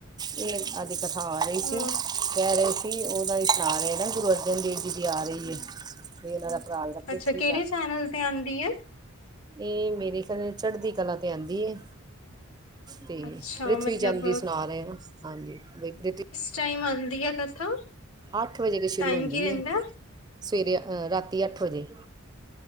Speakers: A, on the right; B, on the left.
A: ਏ ਅੱ ਜ ਦਖਾ ਰਈ
B: ਹਮ
A: ਸੀ ਕੈ ਰੀ ਸੀ ਉਨਾਂ ਵਿੱਚ ਸੁਣਾ ਰੇ ਨੇ ਗੁਰੂ ਅਰਜਨ ਦੇਵ ਜੀ ਦੀ ਆ ਰਈ ਏ 'ਤੇ ਉਨਾਂ ਦਾ ਭਰਾ ਜਿਹੜਾ ਪ੍ਰਿਥਵੀ
B: ਅੱਛਾ, ਕਿਹੜੇ ਚੈਨਲ 'ਤੇ ਆਂਦੀ ਐ?
A: ਏ ਮੇਰੇ ਖਿਆਲ ਨਾ ਚੜਦੀ ਕਲਾ 'ਤੇ ਆਦੀਂ ਏ। 'ਤੇ
B: ਅੱਛਾ
A: ਪ੍ਰਿਥਵੀ
B: ਮਤਲਬ
A: ਚੰਦ ਦੀ ਸੁਣਾ ਰੇ ਆ ਹਾਂਜੀ ਭਾਈ ਪ੍ਰਿਥਵੀ
B: ਚਾਈ ਮੰਨਦੀ ਐ ਕਥਾ।
A: ਅੱਠ ਵਜੇ ਕੇ ਸ਼ੁਰੂ
B: ਟਾਈਮ
A: ਹੁੰਦੀ
B: ਕੀ ਰਹਿੰਦਾ
A: ਏ, ਸਵੇਰੇ ਅ ਰਾਤੀ ਅੱਠ ਵਜੇ।